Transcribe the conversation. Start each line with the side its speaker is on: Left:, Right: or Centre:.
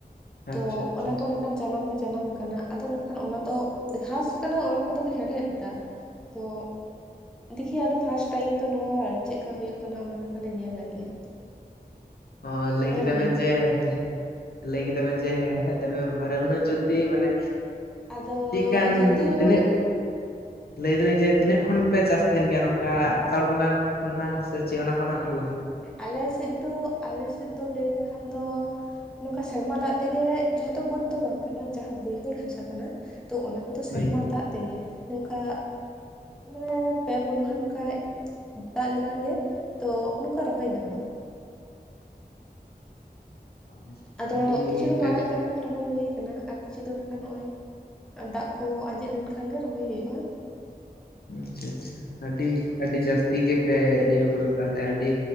Centre: ᱛᱚ
Left: ᱟᱪᱪᱷᱟ ᱟᱪᱪᱷᱟ
Centre: ᱚᱱᱟ ᱠᱚ ᱱᱟᱠᱷᱟᱱ ᱡᱟᱱᱟᱢ ᱦᱚᱸ ᱡᱟᱱᱟᱢ ᱠᱟᱱᱟ, ᱟᱫᱚ ᱱᱟᱠᱷᱟᱱ ᱚᱱᱟ ᱫᱚ ᱜᱷᱟᱥ ᱠᱟᱱᱟ ᱚᱱᱟ ᱠᱚᱫᱚᱞᱮ ᱦᱮᱲᱦᱮᱫ ᱫᱟ ᱛᱚ ᱫᱮᱠᱷᱤ ᱟᱫᱚ ᱯᱷᱟᱥᱴ ᱴᱟᱭᱤᱢ ᱛᱚ ᱱᱚᱣᱟ ᱪᱮᱫᱮᱠᱟ ᱦᱩᱭᱩᱜ ᱠᱟᱱᱟ ᱚᱱᱟ ᱱᱟᱠᱷᱟ ᱞᱮ ᱧᱮᱞ ᱞᱟᱹᱜᱤᱫᱼᱟ᱾ <inaudible>
Left: ᱚ ᱞᱟᱹᱭ ᱠᱮᱫᱟ
Centre: ᱮᱨ ᱦᱩᱭ
Left: ᱵᱮᱱ
Centre: ᱠᱟᱱᱟ
Left: ᱡᱮ ᱦᱮᱲᱦᱮᱫ ᱞᱟᱹᱭ ᱠᱮᱫᱟ ᱵᱮᱱ ᱡᱮ ᱦᱮᱲᱦᱮᱫ ᱫᱟᱵᱮᱱ ᱵᱟᱵᱟᱨᱮ ᱩᱱᱟᱹᱜ ᱡᱚᱞᱫᱤ ᱢᱟᱱᱮ
Centre: ᱟᱫᱚ
Left: ᱪᱤᱫᱠᱟᱱ
Centre: ᱡᱚᱞᱫᱤ
Left: ᱛᱤᱱᱟᱹᱜ
Centre: ᱵᱚᱞᱛᱮ
Left: ᱞᱟᱹᱭ ᱫᱟᱞᱤᱧ ᱡᱮ ᱛᱤᱱᱟᱹᱜ ᱠᱷᱚᱱ ᱯᱮ ᱪᱟᱥ ᱛᱟᱦᱮᱸᱱ ᱜᱮᱭᱟ ᱱᱚᱝᱠᱟ ᱟᱥᱟᱲ ᱵᱚᱸᱜᱟ ᱠᱷᱚᱱᱟᱜ ᱥᱮ ᱪᱮᱫ ᱚᱱᱟ ᱠᱷᱚᱱᱟᱜ ᱟᱨᱦᱚ ᱞᱟᱦᱟ?
Centre: ᱟᱞᱮᱥᱮᱫ ᱫᱚ ᱟᱞᱮᱥᱮᱫ ᱫᱚ ᱞᱟᱹᱭ ᱞᱮᱠᱷᱟᱱ ᱫᱚ ᱱᱚᱝᱠᱟ ᱥᱮᱨᱢᱟ ᱫᱟᱜ ᱛᱮᱜᱮ ᱡᱷᱚᱛᱚ ᱵᱟ. ᱫ ᱫᱚ ᱵᱟᱝ ᱠᱟᱱᱟ ᱡᱟᱦᱟᱸ ᱵᱟᱹᱭᱦᱟᱹᱲ ᱦᱟᱥᱟ ᱠᱟᱱᱟ ᱛᱚ ᱚᱱᱟ ᱠᱚᱫᱚ
Left: ᱦᱳᱭ
Centre: ᱥᱮᱨᱢᱟ ᱫᱟᱜ ᱛᱮᱜᱮ ᱱᱚᱝᱠᱟ ᱢᱟᱱᱮ ᱯᱮ ᱯᱩᱱ ᱢᱟᱦᱟ ᱱᱚᱝᱠᱟᱭ ᱫᱟᱜ ᱞᱮᱠᱷᱟᱱ ᱜᱮ ᱛᱚ ᱱᱚᱝᱠᱟ ᱨᱚᱦᱚᱭ ᱜᱟᱱᱚᱜᱼᱟ᱾
Left: <inaudible>
Centre: ᱟᱫᱚ ᱠᱤᱪᱷᱩ ᱫᱚ
Left: ᱯᱮ
Centre: ᱢᱟᱲᱟᱝ ᱛᱮᱱᱟᱜ ᱨᱚᱦᱚᱭ ᱦᱩᱭ ᱠᱟᱱᱟ ᱟᱨ ᱠᱤᱪᱷᱩ ᱫᱤᱱ ᱱᱟᱠᱷᱟᱱ ᱱᱚᱜᱼᱚᱭ ᱫᱟᱜ ᱠᱚ ᱟᱸᱡᱮᱫ ᱞᱮᱱᱠᱷᱟᱱ ᱜᱮ ᱨᱚᱦᱚᱭ ᱦᱩᱭᱩᱜᱼᱟ᱾
Left: ᱟᱪᱪᱷᱟ ᱟᱪᱪᱷᱟ ᱟᱹᱰᱤ ᱟᱹᱰᱤ ᱡᱟᱹᱥᱛᱤ ᱜᱮᱯᱮ ᱤᱭᱟᱹ ᱠᱟᱫᱟ ᱛᱟᱦᱚᱞᱮ ᱟᱹᱰᱤ